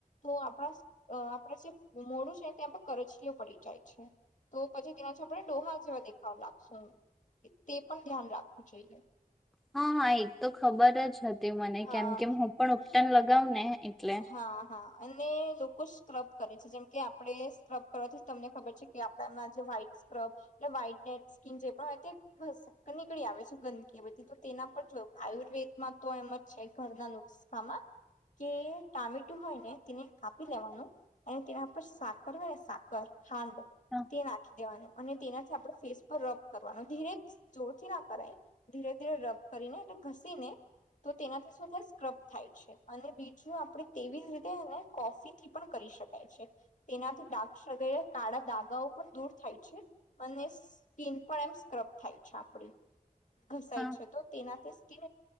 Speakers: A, on the left; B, in the centre.
A: તો આપણા અ આપડે જે મોડું છેને ત્યાં કરછલીઓ પડી જાય છે. તો પછી તેનાથી આપણે ડોહા જેવા દેખાવ લાવશું તે પણ ધ્યાન રાખવું જોઈએ
B: હા હા એક તો ખબર જ હતી મને
A: હા
B: કેમ કે હું પણ ઉપટન લગાવ ને એટલે
A: હા હા અને લોકો સ્ક્રબ કરે છે જેમ કે આપડે સ્ક્રબ કરવાથી તમને ખબર છે કે આપડામાં જે વ્હાઈટ સ્ક્રબ એટલે વ્હાઈટ ડે સ્કીન જે પણય નીકળી આવે છે ગંદકી બધી તો તેના પર આયુર્વેદમાં તો એમ જ છે ઘરના નુસ્ખામાં કે ટામેટું હોય ને તેને કાપી લેવાનું અને તેના પર સાકર હોય ને સાકર ખાંડ
B: હા
A: તે નખિ દેવાનું અને તેનાથી આપણે ફેસ પર રબ કરવાનું ધીરે જોરથી ના કરાય ધીરે ધીરે રબ કરીને એટલે ઘસી ને તો તેનાથીધ સ્ક્રબ થાય છે અને બીજું આપ તેવી જ રીતે એને કોફીથી પણ કરી શકાય છે તેનાથી ડાગરે કાળા દાગ્ પણ દૂર થાય છે અને સ્કીન પણ એમ સ્ક્રબ થાય છે આપડી ઘસાય
B: હા
A: છે તો તેનાથી